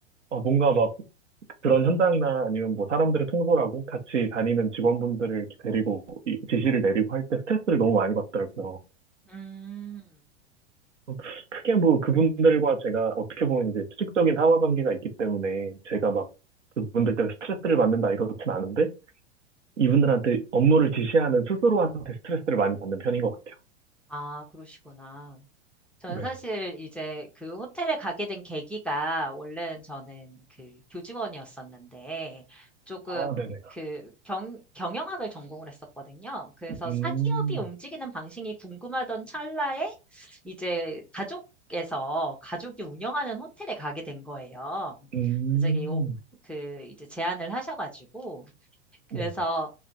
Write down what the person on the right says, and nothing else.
어, 뭔가 막 그런 현장이나 아니면 뭐 사람들을 통솔하고 같이 다니는 직원분들을 이렇게 데리고, 이- 지시를 내리고 할 때 스트레스를 너무 많이 받더라고요.
어, 크게 뭐 그분들과 제가 어떻게 보면 이제 수직적인 상하 관계가 있기 때문에 제가 막 그분들 때문에 스트레스를 받는다 이렇진 않은데, 이분들한테 업무를 지시하는 스스로한테 스트레스를 많이 받는 편인 것 같아요.
네.
아, 네네.
음,
음,
네.